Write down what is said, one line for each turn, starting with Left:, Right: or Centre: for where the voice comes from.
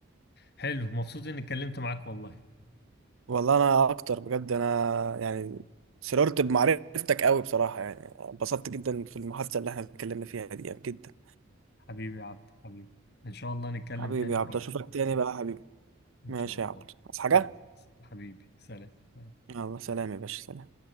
Left: حلو مبسوط اني اتكلمت معاك والله
Right: والله انا اكتر بجد انا يعني سررت بمعرفتك قوي بصراحه يعني انبسطت جدا في المحادثه اللي احنا اتكلمنا فيها دي يعني جدا
Left: حبيبي يا عبد حبيبي ان شاء الله نتكلم
Right: حبيبي
Left: تاني
Right: يا
Left: قريب
Right: عبد اشوفك تاني بقى يا حبيبي
Left: ان
Right: ماشي
Left: شاء الله
Right: يا عبد عايز حاجه
Left: يلا حبيبي سلام
Right: يلا سلام يا باشا سلام